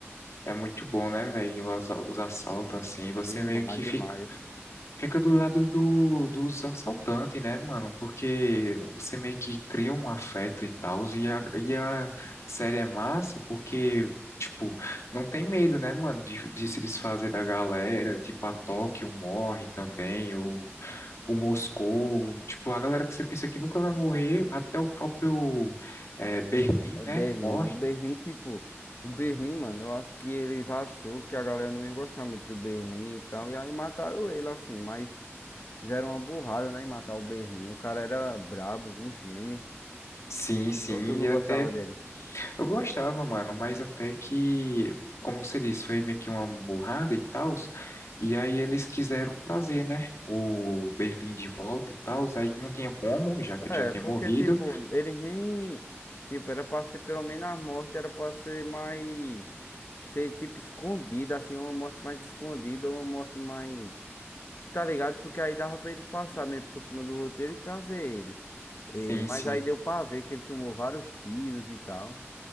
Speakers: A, on the left (about 80°); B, on the left (about 55°).
A: É muito bom, né, velho? Os, os assaltos, assim, você
B: Demais,
A: meio que
B: demais.
A: fica, fica do lado do, dos assaltantes, né, mano? Porque você meio que cria um afeto e tal, e a, e a série é massa porque, tipo, não tem medo, né, mano, de, de se desfazer da galera, tipo, a Tóquio morre também, o, o Moscou, tipo, a galera que você pensa que nunca vai morrer, até o próprio eh, Berlim,
B: Berlim.
A: né, morre.
B: O Berlim, tipo. O Berlim, mano, eu acho que eles achou que a galera não ia gostar muito do Berlim e tal. E aí mataram ele, assim. Mas fizeram uma burrada, né, em matar o Berlim. O cara era brabo, um gênio.
A: Sim, sim,
B: Ou tu não
A: e até
B: gostava dele?
A: Eu gostava, mano, mas até que, como você disse, foi meio que uma burrada e tal. E aí eles quiseram trazer, né, o Berlim de volta e tal. Aí não tinha como, já que
B: É,
A: ele já tinha
B: porque,
A: morrido.
B: tipo, eles nem. Tipo, era pra ser pelo menos a morte, era pra ser mais. Ser, tipo, escondida, assim, uma morte mais escondida, ou uma morte mais. Tu tá ligado? Porque aí dava pra ele passar meio por cima do roteiro e trazer eles.
A: Sim,
B: Ele. Mas
A: sim.
B: aí deu pra ver que ele tomou vários tiros e tal.